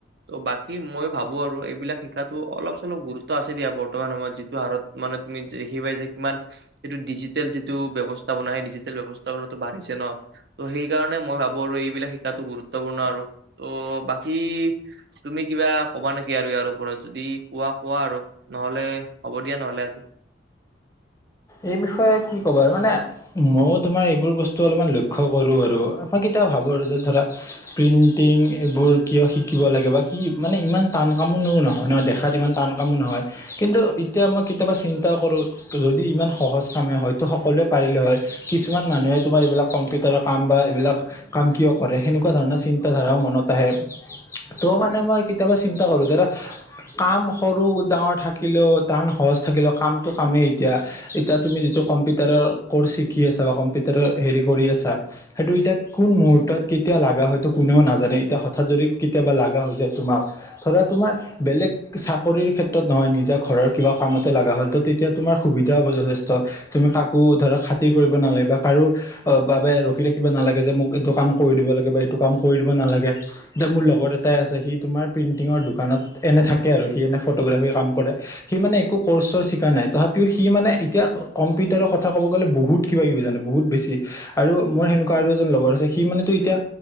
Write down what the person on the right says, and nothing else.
ত' বাকী মই ভাবো আৰু এইবিলাক শিকাতো অলপ চলপ গুৰুত্ব আছে দিয়া বৰ্তমান সময়ত যিটো হাৰত মানে তুমি দেখি পাই যে কিমান এইিটো ডিজিটেল, যিটো বয়ৱস্থা বনাই সেই ডিজিটেল, ব্যৱস্থাটো, বাঢ়িছে ন। ত', সেইকাৰণে মই ভাবো আৰু এইবিলাক শিকাতো গুৰুত্বপূৰ্ণ আৰু ত' বাকী তুমি কিবা ক'বা নেকি আৰু ইয়াৰ ওপৰত যদি কোৱা কোৱা আৰু নহলে হ'ব দিয়া, নহলে আজি।